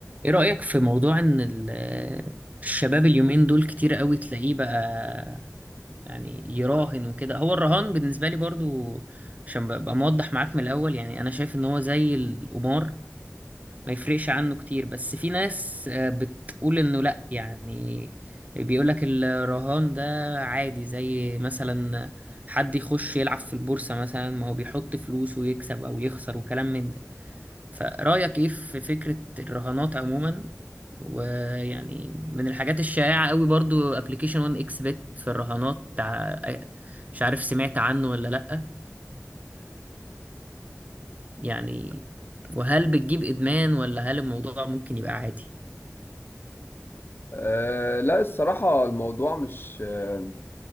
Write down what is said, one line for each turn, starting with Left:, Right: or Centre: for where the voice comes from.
Right: ايه رأيك في موضوع ان ال- الشباب اليومين دول كتير قوي تلاقيه بقى يعني يراهن وكده هو الرهان بالنسبة لي برضو عشان ببقى موضح معاك من الاول يعني انا شايف ان هو زي القمار ما يفرقش عنه كتير بس في ناس آه، بتقول انه لا يعني بيقولك الرهان ده عادي زي مثلا حد يخش يلعب في البورصة مثلا ما هو بيحط فلوس ويكسب او يخسر وكلام من ده فرأيك ايه في فكرة الرهانات عموما ويعني من الحاجات الشائعة قوي برضو ابلكيشن 1 اكس بت في الرهانات تع... مش عارف سمعت عنه ولا لأ ويعني وهل بتجيب إدمان ولا هل الموضوع ممكن يبقى عادي
Left: أه لا الصراحة الموضوع مش أه